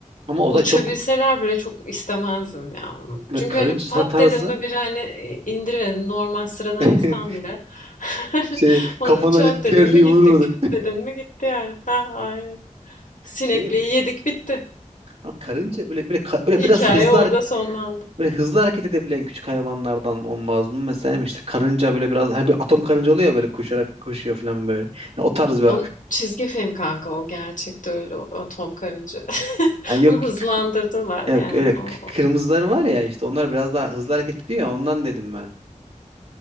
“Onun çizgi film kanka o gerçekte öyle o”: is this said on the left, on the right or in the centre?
Left